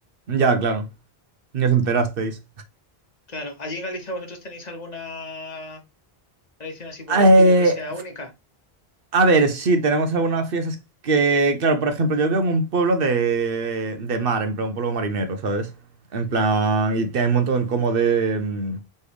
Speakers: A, on the right (about 65°); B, on the left (about 45°).
A: ya, claro. Ni os enterasteis.
B: Claro, allí en Galicia vosotros tenéis alguna tradición así por
A: Eh,
B: el estilo que sea única.
A: A ver, sí, tenemos algunas fiestas que, claro, por ejemplo, yo vivo en un pueblo de, de mar, en plan, un pueblo marinero, ¿sabes? En plan, y te- hay un montón como de, mm,